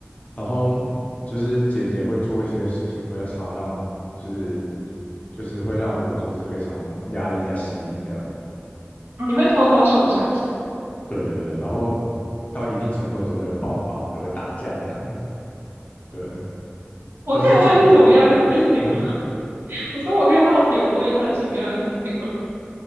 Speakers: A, on the left; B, on the right.
A: 然后就是姐姐会做一些事情，会让常常让就是就是会让我就是非常压抑在心里这样。
B: 哦你会偷偷受伤？<laughs>
A: 对对对，然后到一定程度的时候就会爆发，我们就会打架这样子。对，
B: 我可以问是什么样的事情吗？
A: 但是长嗯，
B: <laughs> 我说我可以好奇地问一下是什么样的事情吗？